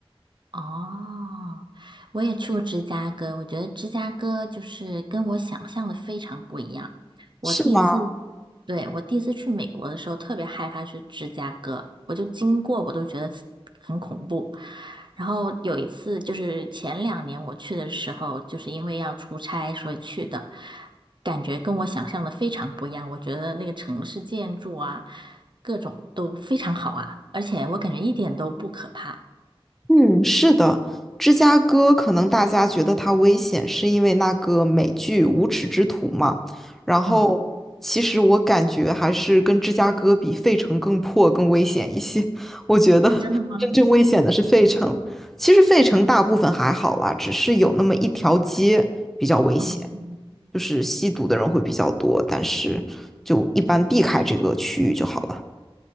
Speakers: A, on the right; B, in the centre.
A: 哦，我也去过芝加哥，我觉得芝加哥就是跟我想象的非常不一样。我第一次，
B: 是吗？
A: 对，我第一次去美国的时候，特别害怕去芝加哥，我就经过我都觉得很恐怖。然后有一次就是前两年我去的时候，就是因为要出差所以去的，感觉跟我想象的非常不一样。我觉得那个城市建筑啊，各种都非常好啊，而且我感觉一点都不可怕。
B: 嗯，是的。芝加哥可能大家觉得它危险，是因为那个美剧《无耻之徒》嘛。然后，
A: 嗯，
B: 其实我感觉还是跟芝加哥比，费城更破、更危险一些。<laughs> 我觉得 <laughs>
A: 真的吗？
B: 真正危险的是费城。其实费城大部分还好啦，只是有那么一条街比较危险。
A: 嗯，
B: 就是吸毒的人会比较多，但是就一般避开这个区域就好了。